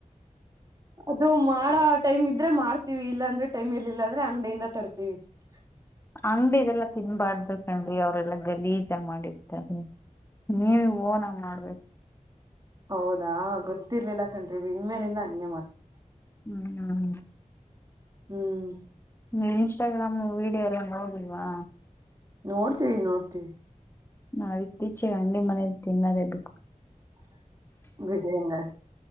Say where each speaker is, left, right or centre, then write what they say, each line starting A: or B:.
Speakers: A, on the right (about 25°); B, on the left (about 15°).
A: ಅದು ಮಾಡ ಟೈಮ್ ಇದ್ರೆ ಮಾಡ್ತೀವಿ ಇಲ್ಲಾ ಅಂದ್ರೆ ಟೈಮ್ ಎಲ್ಲಿಲ್ಲ ಅಂದ್ರೆ ಅಂಗಡಿಯಿಂದ ತರ್ತೀವಿ ಹ <unintelligible>
B: ಅಂಗಡಿದೆಲ್ಲಾ ತಿನ್ಬಾರ್ದು ಕಣ್ರಿ ಅವ್ರೆಲ್ಲಾ ಗಲೀಜ ಮಾಡಿರ್ತಾರೆ ನೀವ ಹಓನಂಗ ಮಾಡ್ಬೇಕು
A: ಹೌದಾ ಗೊತ್ತಿರ್ಲಿಲ್ಲ ಕಖಂಡ್ರಿ ಇಣ್ಮೇಲಿಂದ ಹಂಗೆ ಮಾಡ್ತವಿ
B: ಹ್ಮ್ ಹ್ಮ್ ಹ್ಮ್
A: ಹ್ಮ್
B: ನೀವ್ ಇನ್ಸ್ಟಾಗ್ರಾಮ್ ವಿಡಿಯೋ ಎಲ್ಲ ನೋದಲ್ವಾ
A: ನೋಡ್ತವಿ ನೋಡ್ತಿವಿ
B: ನಾವ ಇತ್ತೀಚೆಗೆ ಅಂಗಿ ಮನ ತಿನ್ನದೇ ಬಿು
A: ವಿಜಯನರ